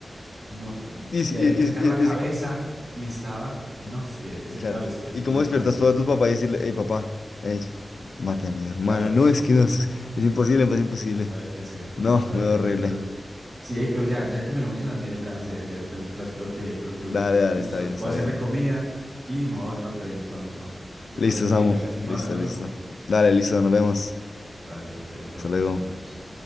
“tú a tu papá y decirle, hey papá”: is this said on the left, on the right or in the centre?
Left